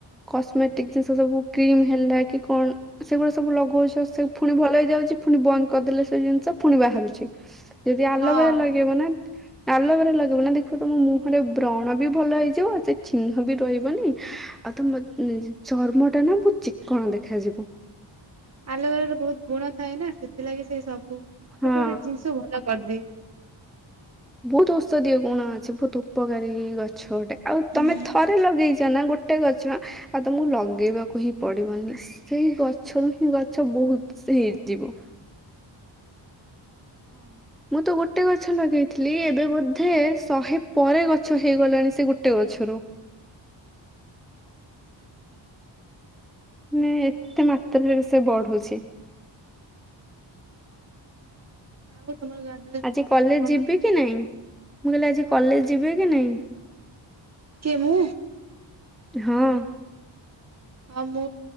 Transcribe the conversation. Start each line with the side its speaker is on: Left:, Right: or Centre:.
Centre: କସ୍ମେଟିକ ଜିନିଷ ସବୁ କ୍ରିମ ହେଲା କି କଣ ସେଗୁଡା ସବୁ ଲଗୋଉଚ ସ୍ ଫୁଣି ଭଲ ହେଇଯାଉଚି ଫୁଣି ବନ୍ଦ କରିଦେଲେ ସେ ଜିନିଷ ଫୁଣି ବାହାରୁଛି ଯଦି ଆଲୋବେରା
Right: ହଁ
Centre: ଲଗେଇବ ନା ଆଲୋବେରା ଲଗେଇବ ନା ଦେଖିବ ତମ ମୁହଁରେ ବ୍ରଣ ବି ଭଲ ହେଇଯିବ ସେ ଚିହ୍ନ ବି ରହିବନି ଆଉ ତମ ଅଁ-ଚର୍ମଟା ନା ବୋହୁତ ଚିକ୍କଣ ଦେଖାଯିବ।
Right: ଆଲୋବେରାର ବୋହୁତ ଗୁଣ ଥାଏ ନା ସେଥିଲାଗି ସେଇ ସବୁ ମାନେ
Centre: ହଁ।
Right: ଗୋଟେ ଗୋଟେ ଜିନିଷ ଭଲ କରିଦିଏ।
Centre: ବୋହୁତ ଔଷଧୀୟ ଗୁଣ ଅଛି ବୋହୁତ ଉପକାରୀ ଗଛ ଗୋଟେ ଆଉ
Right: ହୁଁ
Centre: ତମେ ଥରେ ଲଗେଇଚ ନା ଗୋଟେ ଗୋଟେ ଗଛ ଆଉ ତମକୁ ଲଗେଇବାକୁ ହିଁ ପଡିବନି ସେଇ ଗଛରୁ ହିଁ ଗଛ ବୋହୁତ ସ୍ ହେଇଯିବ।
Right: ହଁ
Centre: ମୁଁ ତ ଗୋଟେ ଗଛ ଲଗେଇଥିଲି ଏବେ ବୋଧେ ଶହେ ପରେ ଗଛ ହେଇଗଲାଣି ସେ ଗୋଟେ ଗଛରୁ।
Right: ଆଚ୍ଛା।
Centre: ମାନେ ଏତେ ମାତ୍ରାରେ ସେ ବଢୁଛି।
Right: ହୁଁ ଆଉ ତମର ଗାଧୁଆ ଖାଇବା
Centre: ଆଜି କଲେଜ
Right: ପିଇବା କଣ
Centre: ଯିବେ କି ନାଇଁ ମୁଁ କହିଲି ଆଜି କଲେଜ ଯିବେ କି ନାଇଁ?
Right: କିଏ ମୁଁ?
Centre: ହଁ।
Right: ହଁ ମୁଁ